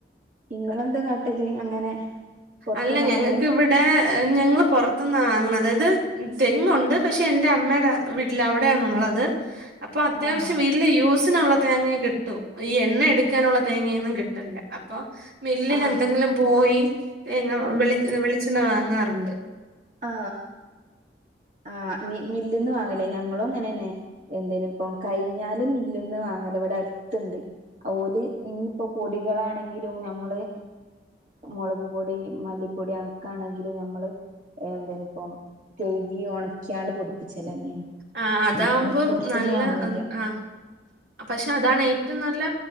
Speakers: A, on the right; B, on the right.
A: ഇങ്ങളെന്താ കാട്ടില് അങ്ങനെ പൊറത്തുന്ന്
B: അല്ല ഞങ്ങക്ക്
A: വാങ്ങല
B: ഇവിടെ ഞങ്ങള്ൾ പുറത്തന്നാ വാങ്ങണ അതായത് തെങ്ങുണ്ട് പക്ഷെ എൻറെ അമ്മയുടെ വീട്ടിൽ അവിടെയണള്ളത് അപ്പൊ അത്യാവശ്യം
A: ആ
B: വീട്ടില് യൂസ് ള്ള തേങ്ങ കിട്ടൂ ഈ എണ്ണ എടുക്കാനുള്ള തേങ്ങയൊന്നും കിട്ടല്ല അപ്പൊ മില്ലിൽ
A: ആ
B: എന്തെങ്കിലും പോയിങ്ങളി വിെളിച്ചെണ് വാങ്ങാറുണ്ട്
A: ആ ആ മില്ലന്ന് വാങ്ങലേ ഞങ്ങളും അങ്ങനെ തന്നെ എന്തേന് ഇപ്പ കഴിഞ്ഞാല് മില്ലന്ന് വാങ്ങ അല ഇവിടെ അടുത്തുണ്ട് ഓല് ഇനിയിപ്പോ പൊടികളാണെങ്കിലും ഞമ്മള് മുളക് പൊടി മല്ലി പ്പൊടിയടുക്കണെങ്കില് നമ്മെള് എന്തേണയിപ്പ തേകി അണക്കാണ്ട് പ്പൊടുത്തി. ചെലന്നെയാണ്
B: ആ അതാവുമ്പം
A: മെറ്റേ പൊറത്തൂന്ന്
B: നല്ല
A: വാങ്ങെല്യാ.
B: ആ പക്ഷെ അതാണ് ഏറ്റവും നല്ല